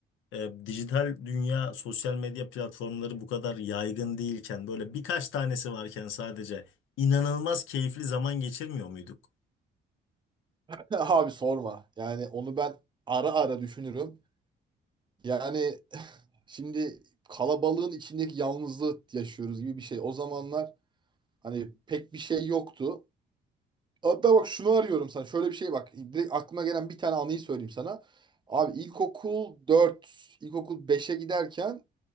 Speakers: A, on the left; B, on the right.
A: e, dijital dünya, sosyal medya platformları bu kadar yaygın değilken, böyle birkaç tanesi varken sadece inanılmaz keyifli zaman geçirmiyor muyduk?
B: <laughs> Abi sorma. Yani onu ben ara ara düşünürüm. Yani <sighs> şimdi kalabalığın içindeki yalnızlığı yaşıyoruz gibi bir şey. O zamanlar hani pek bir şey yoktu. Hatta bak şunu arıyorum sana. Şöyle bir şey bak. Direkt aklıma gelen bir tane anıyı söyleyeyim sana. Abi ilkokul 4 ilkokul beşe giderken